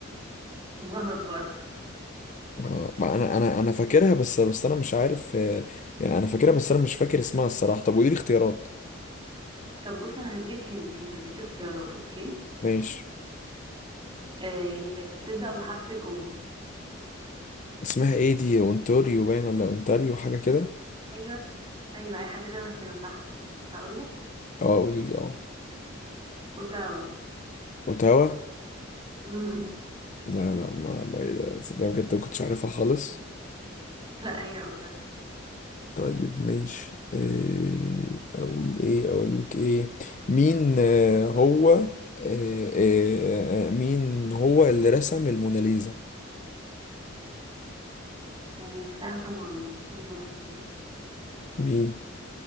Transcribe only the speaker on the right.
غلط برضه
طب بص أنا هديك هنت مش هديك اختيارات أوكي
آه، هي بتبدأ بحرف الأو
أيوه أيوه أي حاجة شبه كده صح هقول لك
أوتاوا
مم.
لا هي اوتارو
آه، عارفاها طبعا استنى بقى افتكر